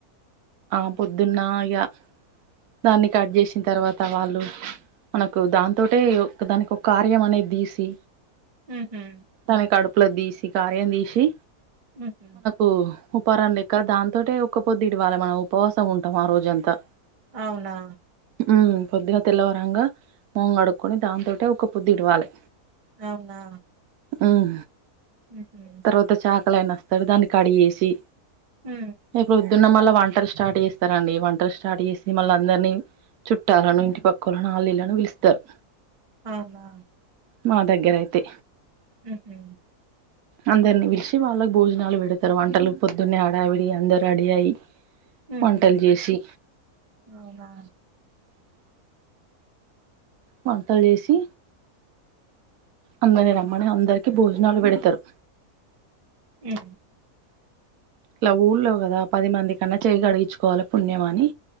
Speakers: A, on the right; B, on the right.
A: ఆ పొద్దున్న ఇగా దాన్ని కట్ చేసిన తర్వాత వాళ్ళు మనకు దాంతోటె దానికి ఒక కార్యం అనేది తీసి
B: ఉహు
A: తనే కడుపులది తీసి కార్యం తీసి
B: ఉహు
A: ఓ ఉపారండిక్కద దాంతోటే ఒకపొదు ఇడవాలే మనం ఉపవాసం ఉంటాము ఆ రోజంతా
B: అవునా
A: ఉ పొద్దుగా తెల్లవరంగా మగం కడుక్కొని దాంతోటే ఒక పొద్దు ఇడవాలి
B: అవునా
A: ఉహు
B: ఉహు
A: తర్వాత చాకలైన దాన్ని కడిగేసి
B: ఉ
A: ఇగ పొద్దున్న మళ్ళ వంటలు స్టార్ట్ చేస్తారండి వంటలు స్టార్ట్ చేసి మళ్ళ అందరినీ చుట్టాలనో ఇంటి పక్కోళ్లను అల్లు ఈళ్లను పిలుస్తారు
B: అవునా
A: మా దగ్గర అయితే
B: ఉహు
A: అందరిని పిలిచి వాళ్ళకి భోజనాలు పెడతరు, వంటలు పొద్దున్నే ఆడావిడి అందరు రెడీ అయి.
B: హు
A: వంటలు
B: హ్
A: చేసి
B: అవునా
A: వంటలు చేసి అందరిని
B: ఉమ్.
A: రమ్మని అందరికి భోజనాలు పెడతారు
B: హ్
A: ఇలా ఊళ్ళో కదా పది మంది కన్నా చెయ్యి గడిగించుకోవాలి పుణ్యం అని